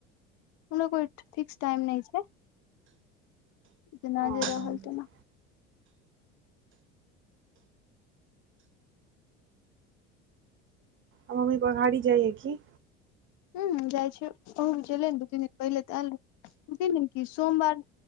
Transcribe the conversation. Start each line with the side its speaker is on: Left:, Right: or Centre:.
Left: हमरो कोइ फिक्स टाइम नहि छै जेना
Right: ओ आ
Left: जे रहल तेना
Right: ओ <unintelligible> मम्मी प अहाड़ी जाइए कि
Left: ह जाइ छै ओहो बीचै दू तीन दिन पहिले तऽ आल दू तीन दिन कि सोमवार